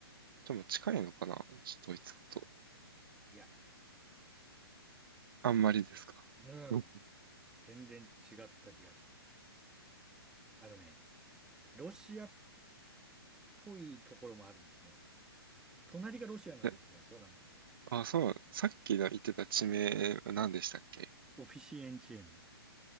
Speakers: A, on the right; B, in the centre.
A: でも近いのかなちょっとドイツ語と。
B: いや、
A: あんまりですかうん
B: うん。全然違った気がする。あのね、ロシアっぽいところもあるんですね。隣がロシアなんですよ、
A: え、
B: ポーランドって。
A: あ、そう、さっきの言ってた地名、何でしたっけ
B: オフィシエンチエム。